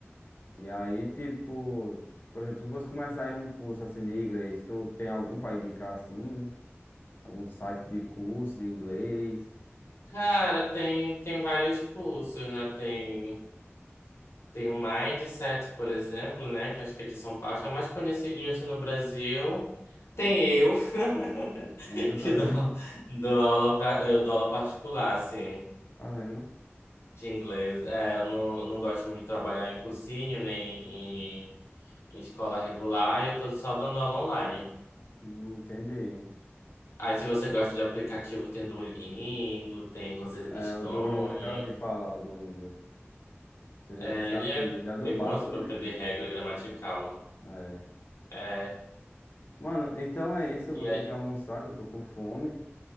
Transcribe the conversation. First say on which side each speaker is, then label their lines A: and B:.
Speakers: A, on the left; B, on the left.
A: E aí, tipo, por exemplo, se eu fosse começar em um curso assim de inglês, tu tem algum pra indicar assim? Algum site de curso de inglês?
B: Cara, tem, tem vários cursos, né? Tem. Tem o Mindset, por exemplo, né? Que acho que é de São Paulo. Acho que é mais conhecidinho assim no Brasil. Tem eu, <laughs>
A: Tem tu também?
B: que dou, dou aula pra, eu dou aula particular, assim,
A: Tá vendo?
B: de inglês. É, eu não, não gosto muito de trabalhar em cursinho, nem em, em escola regular. Eu tô só dando aula online.
A: Hum, entendi.
B: Aí, se você gosta de aplicativo, tem Duolingo, tem Rosetta
A: É,
B: Stone.
A: o Duolingo eu já ouvi falar, o Duolingo. Você
B: É,
A: você
B: ele
A: aprende
B: é
A: já do
B: bem
A: básico
B: bom, assim, pra
A: mesmo.
B: aprender regra gramatical.
A: É.
B: É,
A: Mano, então é isso. Eu
B: e
A: vou
B: aí,
A: ter que almoçar, que eu tô com fome.